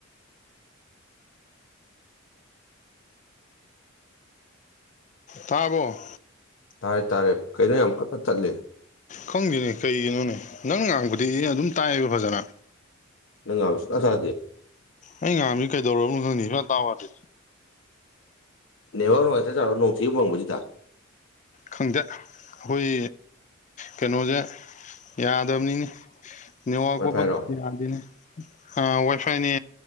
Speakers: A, on the left; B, on the left.
A: ꯇꯥꯔꯕꯣ
B: ꯇꯥꯔꯦ ꯇꯥꯔꯦ ꯀꯩꯅꯣ ꯌꯥꯝ ꯄꯠ ꯄꯠ ꯇꯠꯂꯦ꯫
A: ꯈꯪꯗꯦꯅꯦ ꯀꯩꯒꯤꯅꯣꯅꯦ ꯅꯪꯅ ꯉꯥꯡꯕꯗꯤ ꯑꯩ ꯑꯗꯨꯝ ꯇꯥꯏꯕ ꯐꯖꯅꯥ꯫
B: ꯅꯪ ꯉꯥꯡꯕ ꯁꯨꯛꯇꯥ ꯇꯥꯗꯦ꯫
A: ꯑꯩ ꯉꯥꯡꯕꯥꯖꯦ ꯀꯩꯗꯧꯔꯕꯅꯣ ꯈꯪꯗꯦ ꯁꯨꯛꯇꯥ ꯇꯥꯎ ꯌꯥꯗꯦ꯫
B: ꯅꯦꯋꯥꯛ ꯅꯨꯉꯥꯏꯇ꯭ꯔ ꯖꯥꯠꯂꯣ ꯅꯣꯡꯊꯤꯒ ꯃꯪꯕꯁꯤꯗ
A: ꯈꯪꯗꯦ ꯑꯩꯈꯣꯏ ꯀꯩꯅꯣꯁꯦ ꯌꯥꯗꯕꯅꯤꯅꯦ꯫ ꯅꯦꯋꯥꯛ
B: ꯋꯥꯏꯐꯥꯏꯔꯣ
A: ꯄꯠ ꯄꯠ ꯌꯥꯗꯦꯅꯦ꯫ ꯑꯥ ꯋꯥꯏ ꯐꯥꯏꯅꯦ